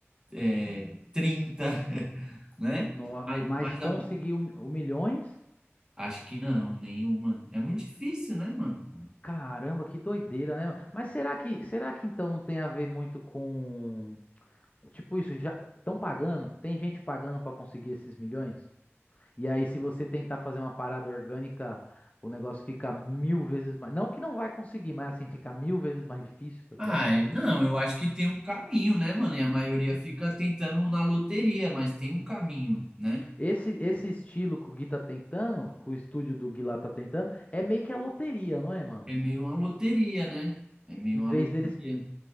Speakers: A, on the right (about 15°); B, on the left (about 30°).
A: é, trinta, <laughs> né?
B: no,
A: Mas,
B: mas
A: mas
B: conseguiu
A: a-
B: o milhões?
A: acho que não, nenhuma. É muito difícil, né, mano?
B: Caramba, que doideira, né? mano? Mas será que, será que então não tem a ver muito com. Tipo, isso já. Estão pagando? Tem gente pagando pra conseguir esses milhões? E aí, se você tentar fazer uma parada orgânica, o negócio fica mil vezes mais. Não que não vai conseguir, mas assim, fica mil vezes mais difícil, tá ligado?
A: Ah, é- não, eu acho que tem um caminho, né, mano? E a maioria fica tentando na loteria, mas tem um caminho, né?
B: Esse, esse estilo que o Gui tá tentando, que o estúdio do Gui lá tá tentando, é meio que a loteria, não é, mano?
A: É meio uma loteria, né? É meio
B: Em
A: uma
B: vez
A: loteria.
B: deles,